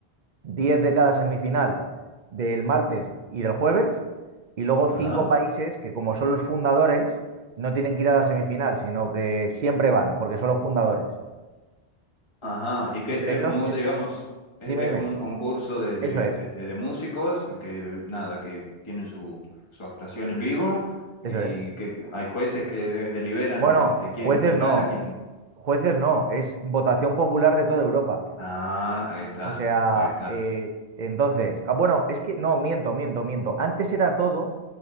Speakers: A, on the right; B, on the left.
A: 10 de cada semifinal del martes y del jueves, y luego
B: Ajá.
A: cinco países que como son los fundadores, no tienen que ir a la semifinal, sino que siempre van, porque son los fundadores.
B: Ajá, y que
A: Entre
B: es
A: ellos,
B: como,
A: eh,
B: digamos, e-
A: dime, dime,
B: es, como un concurso de, de,
A: eso es,
B: este, de músicos que, nada, que tienen su, su actuación en vivo y
A: eso es.
B: que hay jueces que de- deliberan
A: Bueno,
B: este, quién,
A: jueces
B: quién
A: no,
B: gana, quién...
A: jueces no, es votación popular de toda Europa.
B: Ah, ahí está,
A: O sea,
B: ahí está.
A: eh, entonces, ah, bueno, es que no, miento, miento, miento. Antes era todo